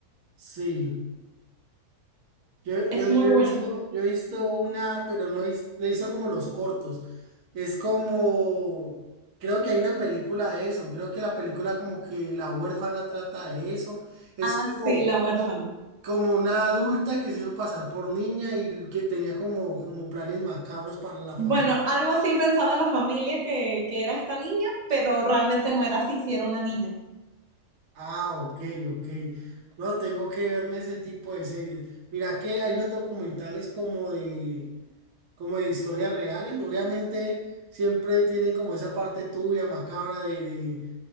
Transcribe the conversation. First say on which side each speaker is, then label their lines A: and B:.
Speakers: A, on the right (about 60°); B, on the right (about 40°).
A: Sí. Yo,
B: Es
A: yo,
B: muy
A: yo
B: bueno.
A: he visto, yo he visto una, pero no he vis- le hizo como los cortos. Es como, creo que hay una película de eso. Creo que la película como que la huérfana trata de eso. Es
B: Ah,
A: como,
B: sí, la huérfana.
A: como como una adulta que se hizo pasar por niña y que tenía como, como planes macabros para la familia.
B: Bueno, algo así pensaba la familia que, que era esta niña, pero realmente no era así, si era una niña.
A: Ah, ok, ok. No, tengo que verme ese tipo de series. Mira que hay unos documentales como de como de historias reales. Obviamente siempre tienen como esa parte tuya, macabra, de, de-